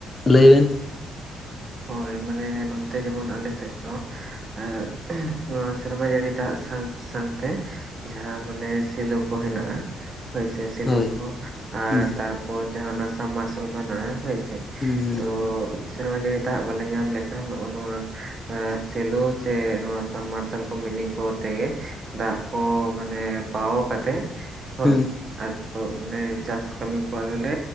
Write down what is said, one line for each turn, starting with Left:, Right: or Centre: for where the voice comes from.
Left: ᱞᱟᱹᱭ ᱵᱮᱱ
Right: ᱦᱳᱭ ᱢᱟᱱᱮ ᱱᱚᱱᱛᱮ ᱡᱮᱢᱚᱱ ᱟᱞᱮ ᱥᱮᱫ ᱫᱚ ᱮᱸ ᱦᱷᱩᱸ ᱱᱚᱣᱟ ᱥᱮᱨᱢᱟ ᱡᱟᱹᱲᱤ ᱫᱟᱜ ᱥᱟᱶ ᱥᱟᱶ ᱛᱮ ᱡᱟᱦᱟᱸ ᱢᱟᱱᱮ ᱥᱤᱞᱳ ᱠᱚ ᱦᱮᱱᱟᱜᱼᱟ ᱦᱳᱭ ᱥᱮ ᱥᱤᱞᱩ
Left: ᱦᱳᱭ
Right: ᱠᱚ ᱟᱨ
Left: ᱦᱩᱸ
Right: ᱛᱟᱨ ᱦᱳᱭ ᱡᱟᱦᱟᱱᱟᱜ ᱡᱟᱦᱱᱟᱜ ᱱᱟᱞᱢᱟᱨᱥᱟᱞ ᱠᱚ ᱦᱮᱱᱟᱜᱼᱟ ᱦᱳᱭᱥᱮ
Left: ᱦᱩᱸ
Right: ᱛᱚ ᱥᱮᱨᱢᱟ ᱡᱟᱲᱤ ᱫᱟᱜ ᱵᱟᱝᱞᱮ ᱧᱟᱢ ᱞᱮᱠᱷᱟᱱ ᱱᱚᱜ ᱱᱚᱣᱟ ᱟᱸ ᱥᱮᱞᱩ ᱥᱮ ᱱᱚᱣᱟ ᱥᱟᱯ ᱢᱟᱨᱥᱟᱞ ᱢᱤᱱᱤ ᱠᱚ ᱛᱮᱜᱮ ᱫᱟᱜ ᱠᱚ ᱢᱟᱱᱮ ᱯᱟᱣ ᱠᱟᱛᱮᱜ ᱦᱳᱭ
Left: ᱦᱩᱸ
Right: ᱟᱫᱚ ᱢᱟᱱᱮ ᱪᱟᱥ ᱠᱟᱢᱤ ᱠᱚ ᱟᱫᱚᱞᱮ